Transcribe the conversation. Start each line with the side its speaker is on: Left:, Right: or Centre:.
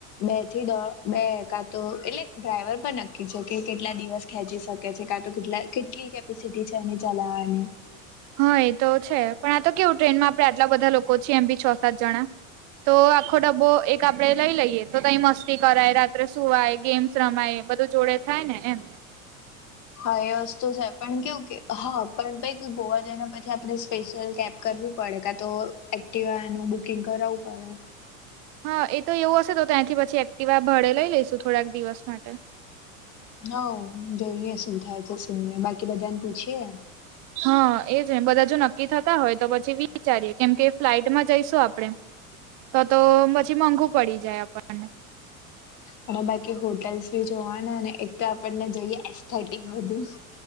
Left: બે થી દોઢ બે એકાદ તો એટલે ડ્રાઈવર પર નક્કી છે કે કેટલા દિવસ ખેંચી શકે છે કા તો કેટલા કેટલી કેપી- સિટી છે એની ચલાવાની
Right: હા એ તો છે પણ આ તો કેવું ટ્રેનમાં આપડે આટલા બધા લોકો છીએ એમ બી છ સાત જણા તો આખો ડબ્બો એક આપડે લઈ લઈએ તો તઈ મસ્તી કરાય રાત્રે સુવાય ગે- મ્સ રમાય બધું જોડે થાય ને એમ
Left: હા એ વસ્તુ છે પણ કેવું કે હા પણ પેગ ગોવા જઈને પછી આપણે સ્પેશિયલ કેબ કરવી પડે કાતો એક્ટવાનું બુકિંગ કરાવવું પડે
Right: હા એ તો એવું હશે તો ત્યાંથી પછી એક્ટિવા ભાળે લઈ લઈશું થોડાક દિવસ માટે
Left: હવ જોઈએ શું થાય છે શું ને બાકી બધાને પૂછીએ
Right: હા એજ બધા જો નક્કી થતા હોય પછી વિચારીએ કેમ કે ફ્લાઈટમાં જઈશું આપણે તો તો પછી મોંઘું પડી જાય આપણને
Left: અને બાકી હોટેલ્સ બી જોવાના ને એક તો આપણને જોઈએ એસ્થેટિક બધું